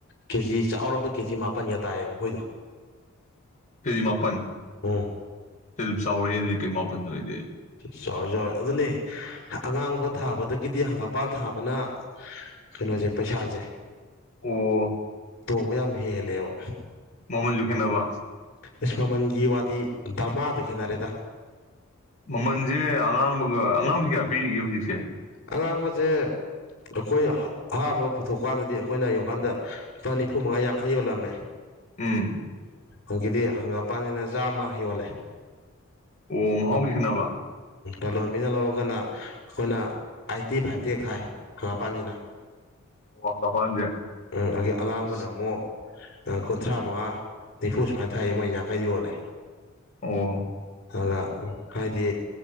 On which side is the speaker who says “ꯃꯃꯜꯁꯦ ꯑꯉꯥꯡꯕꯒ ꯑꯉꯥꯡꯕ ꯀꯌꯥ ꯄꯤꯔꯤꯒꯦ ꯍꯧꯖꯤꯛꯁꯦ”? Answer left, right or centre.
Left